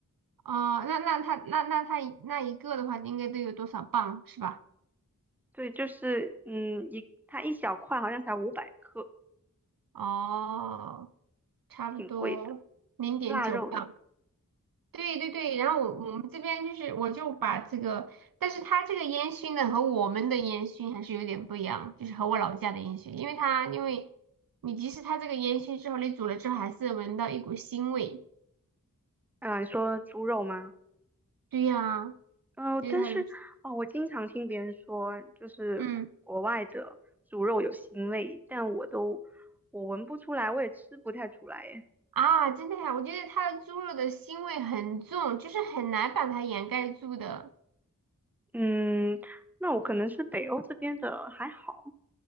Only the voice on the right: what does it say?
哦，那那他那那他那一个的话应该都有多少磅是吧？
哦，差不多零点九磅。
对对对，然后我我们这边就是，我就把这个，但是它这个烟熏呢和我们的烟熏还是有点不一样，就是和我老家的烟熏，因为它因为你即使它这个烟熏之后，你煮了之后还是闻到一股腥味。
对呀、
就是它的，
嗯
啊，真的呀、我觉得它的猪肉的腥味很重，就是很难把它掩盖住的。